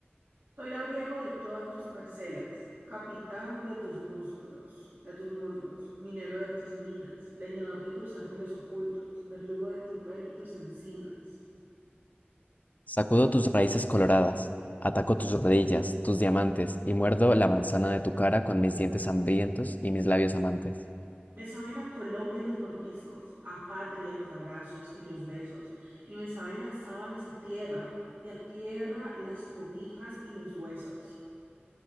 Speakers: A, on the right (about 65°); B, on the left (about 40°).
A: Soy labriego de todas tus parcelas, capitán de tus músculos, de tus muslos, minero de tus minas, leñador de tus árboles ocultos, verdugo de tu pelo y tus encinas.
B: Sacudo tus raíces coloradas, ataco tus rodillas, tus diamantes, y muerdo la manzana de tu cara con mis dientes hambrientos y mis labios amantes.
A: Me saben a Colombia los mordiscos, a patria los abrazos y los besos, y me saben las sábanas a tierra, y a tierra las cobijas y los huesos.